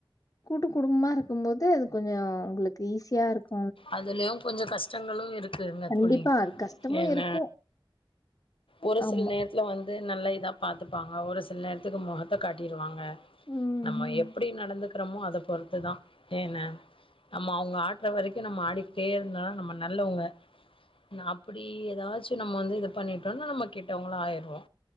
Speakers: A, on the left (about 40°); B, on the left (about 80°).
A: கூட்டு குடும்பமா இருக்கும்போது அது கொஞ்ச உங்களுக்கு ஈஸியா இருக்
B: அதுலயு கொஞ்ச கஷ்டங்களு இருக் கு இருந்த
A: கண்டிப்பா.
B: தோழி
A: அது கஷ்டமும்
B: என்ன
A: இருக்கும்.
B: ஒரு
A: ஆமா.
B: சில நேரத் துல வந்து நல்லா இதா பாத்துப்பாங்க ஒரு சில நேரத்துக்கு மொகத்த காட்டிருவாங்க
A: ம்,
B: நம்ம
A: ம்.
B: எப்படி நடந்துக்கிறமோ அத பொறுத்துதா ஏன நம்ம அவங்க ஆட்ற வரைக்கு நம்ம ஆடிக்கிட்டே இருந்தா நம்ம நல்லவங்க நா அப்படி ஏதாச்சு நம்ம வந்து இது பண்ணிட்டோம்னா நம்ம கெட்டவங்களா ஆயிருவோ